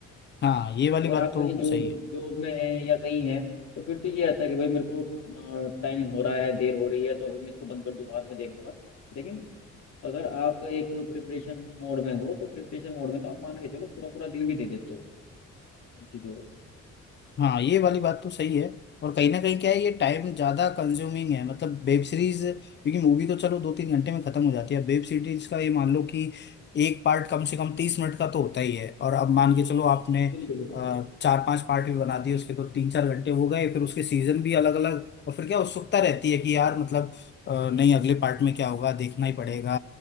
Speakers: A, on the left; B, on the left.
A: हाँ ये वाली
B: अगर
A: बात
B: आप
A: तो
B: कहीं जॉब
A: सही है
B: जॉब में हैं या कहीं हैं तो फिर तो ये रहता है कि भाई मेरे को टाइम हो रहा है देर हो रही है तो अभी मैं इसको बंद कर दूं बाद में देख लूंगा लेकिन अगर आप एक प्रिपरेशन मोड में हो तो प्रिपरेशन मोड में तो आप मान के चलो पूरा पूरा दिन भी दे देते हो उन चीज़ों को
A: हाँ ये वाली बात तो सही है और कहीं ना कहीं क्या है ये टाइम ज्यादा कंज्यूमिंग है मतलब वेब सीरीज क्योंकि मूवी तो चलो दो तीन घंटे में खत्म हो जाती है वेब सीरीज का ये मान लो कि एक पार्ट कम से कम तीस मिनट का तो होता ही है और अब मान के चलो आपने
B: बिल्कुल बिल्कुल
A: अ, चार पांच पार्ट भी बना दिए उसके तो तीन चार घंटे हो गए फिर उसके सीजन भी अलग अलग और फिर क्या उत्सुकता रहती है कि यार मतलब अ, नहीं अगले पार्ट में क्या होगा देखना ही पड़ेगा